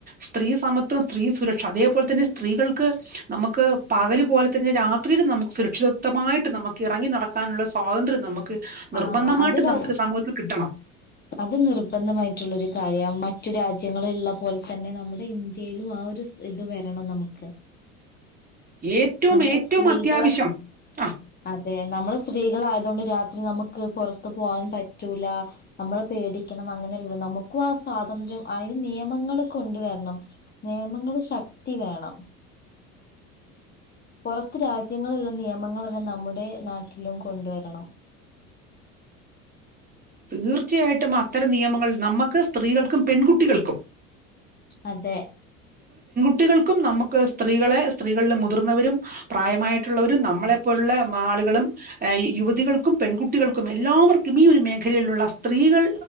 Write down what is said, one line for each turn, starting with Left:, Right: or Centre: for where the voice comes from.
Right: സ്ത്രീ സമത്വം സ്ത്രീ സുരക്ഷ അതേപോലെ തന്നെ സ്ത്രീകൾക്ക് നമുക്ക് പകല് പോലെ തന്നെ രാത്- ഒത്തിരിയും നമുക്ക് സുരക്ഷിത്വമായിട്ട് നമുക്ക് ഇറങ്ങി നടക്കാനുള്ള സ്വാതന്ത്ര്യം നമുക്ക്- നിർബന്ധമായിട്ട്
Left: ആഹ് അത് വ
Right: നമുക്ക് സമൂഹ- ണം
Left: അത് നിർബന്ധമായിട്ട് ഉള്ള ഒരു കാര്യവാ മറ്റു രാജ്യങ്ങള് ഉള്ള പോലെ തന്നെ നമ്മുടെ ഇന്ത്യയിലും ആ ഒരു ഇത് വരണം നമുക്ക്-
Right: ഏറ്റവും
Left: നമ്മള്
Right: ഏറ്റവും
Left: സ്ത്രീകള്
Right: അത്യാവശ്യം ആ
Left: അതെ നമ്മള് സ്ത്രീകൾ ആയതുകൊണ്ട് - രാത്രി നമുക്ക് പുറത്ത് പോകാൻ പറ്റൂല നമ്മള് പേടിക്കണം അങ്ങനെയല്ല നമുക്കും ആ സ്വാതന്ത്ര്യം അതിന് നിയമങ്ങള് കൊണ്ടുവരണം നിയമങ്ങള് ശക്തി വേണം പുറത്ത് രാജ്യങ്ങളുള്ള നിയമങ്ങൾ എല്ലാം നമ്മുടെ നാട്ടിലും കൊണ്ടുവരണം
Right: തീർച്ചയായിട്ടും അത്തരം നിയമങ്ങൾ നമ്മക്ക് സ്ത്രീകൾക്കും പെൺകുട്ടികൾക്കും
Left: അതെ
Right: കുട്ടികൾക്കും നമുക്ക് സ്ത്രീകളെ സ്ത്രീകളിൽ മുതിർന്നവരും പ്രായമായിട്ടുള്ളവരും നമ്മളെ പോലുള്ള ആളുകളും യുവതികൾക്കും പെൺകുട്ടികൾക്കും എല്ലാവർക്കും ഈ ഒരു മേഖലയിലുള്ള സ്ത്രീകൾ